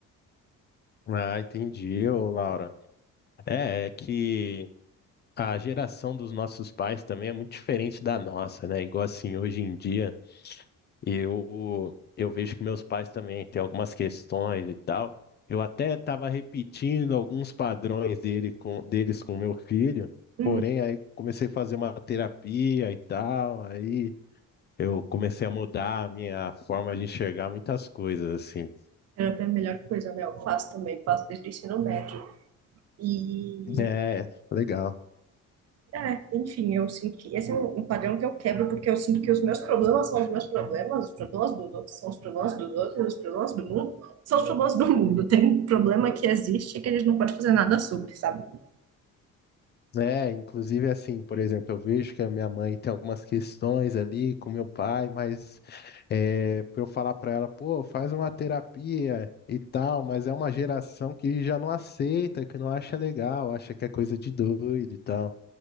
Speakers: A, on the left (about 35°); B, on the right (about 55°).
A: Ah, entendi, ô Laura. É, é que A geração dos nossos pais também é muito diferente da nossa, né? Igual assim, hoje em dia, eu eu vejo que meus pais também têm algumas questões e tal. Eu até estava repetindo alguns padrões dele com, deles com meu filho,
B: Uhum.
A: porém aí comecei a fazer uma terapia e tal, aí eu comecei a mudar a minha forma de enxergar muitas coisas, assim.
B: terapia é a melhor coisa, né? Eu faço também, faço desde o ensino médio. e
A: É, legal.
B: É, enfim, eu sinto que esse é um, um padrão que eu quebro, porque eu sinto que os meus problemas são os meus problemas, os problemas dos outros são os problemas dos outros, os problemas do mundo são os problemas do mundo. Tem um problema que existe e que a gente não pode fazer nada sobre, sabe?
A: É, inclusive assim, por exemplo, eu vejo que a minha mãe tem algumas questões ali com meu pai, mas é, para eu falar para ela, pô, faz uma terapia e tal, mas é uma geração que já não aceita, que não acha legal, acha que é coisa de doido e tal.